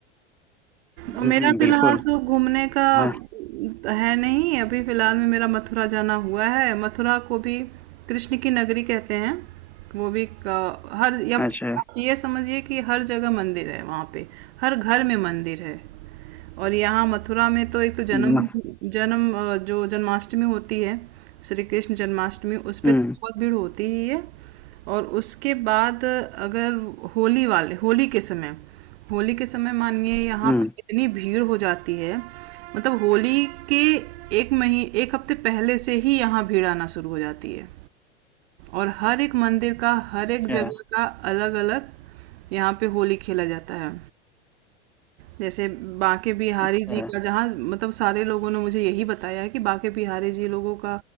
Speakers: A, on the right; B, in the centre.
A: और
B: हम्म
A: मेरा फिलहाल
B: बिल्कुल
A: तो घूमने का
B: हाँ
A: है नहीं, अभी फिलहाल में मेरा मथुरा जाना हुआ है। मथुरा को भी कृष्ण की नगरी कहते हैं। वो भी क हर या
B: अच्छा
A: आप ये समझिए कि हर जगह मंदिर है वहाँ पे, हर घर में मंदिर है। और यहाँ मथुरा में तो एक तो जन्म
B: हम्म
A: जन्म अ, जो जन्माष्टमी होती है श्री कृष्ण जन्माष्टमी उस पे
B: हम्म
A: तो बहुत भीड़ होती ही है और उसके बाद अगर होली वाले होली के समय होली के समय मानिए यहाँ
B: हम्म,
A: पे इतनी भीड़ हो जाती है मतलब होली के एक मही एक हफ्ते पहले से ही यहाँ भीड़ आना शुरू हो जाती है और हर एक मंदिर का हर
B: अच्छा
A: एक जगह का अलग अलग यहाँ पे होली खेला जाता है जैसे बांके बिहारी
B: अच्छा
A: जी का जहाँ मतलब सारे लोगों ने मुझे यही बताया है कि बांके बिहारी जी लोगों का